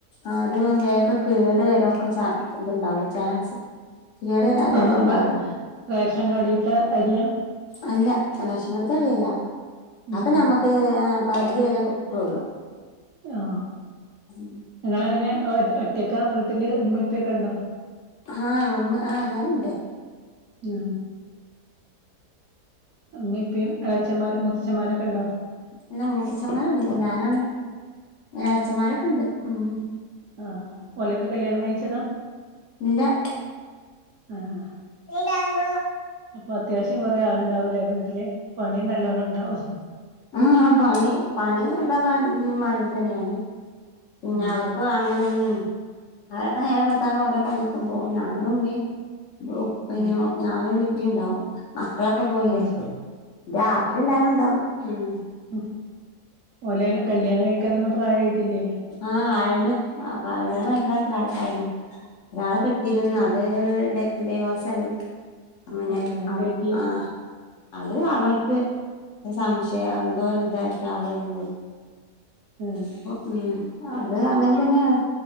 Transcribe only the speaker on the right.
ആഹ്
അപ്പൊ റേഷൻ കടീത്തെ അരിയാ
ഉം
ആ
നിങ്ങള് അങ്ങനെ ഒ ഒറ്റക്ക വീട്ടിൽ ഉമ്മിഉപ്പക്കെ ഉണ്ടോ
ആ ഇമ്മിഇപ്പയും എളച്ചന്മാരും മൂത്തച്ചൻമാരൊക്കെ ഉണ്ടോ
ആഹ ഓലക്കെ കല്യാണം കഴിച്ചതാ
ആഹ
അപ്പൊ അത്യാവശ്യം കൊറെേ ആളുണ്ടാവൂല്ലേ വീട്ടില് പണി നല്ലോണം ഉണ്ടാവും
ആഹ്
ആഹ്
ആഹ്
ഉ ഒലെയിനികല്യാണം കഴിക്കാനൊന്നും പ്രായമായിട്ടില്ലേ
ആഹ് എന്ത്
പറ്റി
ആ